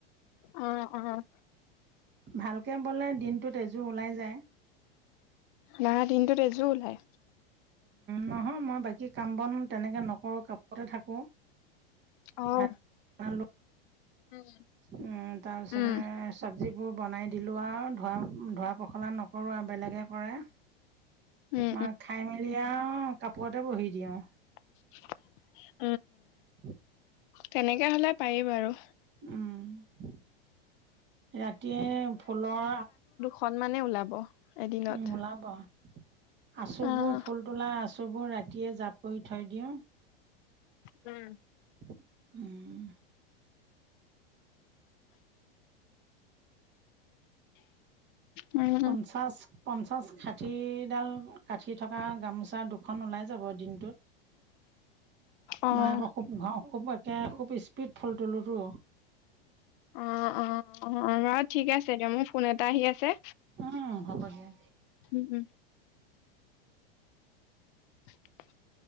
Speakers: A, on the left; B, on the right.
A: অঁ অঁ।
B: ভালকে ব'লে দিনটো এযোৰ ওলাই যায়।
A: না দিনটোত এযোৰ ওলায়।
B: নহয় মই বাকী কাম বন তেনেকৈ নকৰো কাপোৰতে থাকোঁ।
A: অঁ।
B: ভাত বনালোঁ
A: উম।
B: উম তাৰ পিছতে।
A: উম,
B: চবজিবোৰ বনাই দিলোঁ আৰু ধোৱা ধোৱা পখলা নকৰোঁ আৰু বেলেগে কৰে
A: উম,
B: মই খাই মেলি আৰু কাপোৰতে বহি দিওঁ
A: <inaudible>
B: উ <inaudible>
A: তেনেকে হ'লে পাৰি বাৰু
B: উম ৰাতিয়ে ফুলৰ
A: সন্মানে ওলাব এদিনত
B: উ ওলাব আচুবোৰ
A: অ'।
B: ফুল তোলা আচুবোৰ ৰাতিয়ে জাপ কৰি থৈ দিওঁ
A: উম
B: উম
A: উম,
B: পঞ্চাশ পঞ্চাশ ষাঠিডাল কাঠি থকা গামোচা দুখন ওলাই যাব দিনটোত
A: অ',
B: মই আকৌ খুব ঘৰ খুব তাকে খুব স্পীড ফুল তোলোঁতো
A: অ অ অ বাৰু ঠিক আছে দিয়ক মোৰ ফোন এটা আহি আছে
B: উম হ'ব দিয়া।
A: উম উম <unintelligible>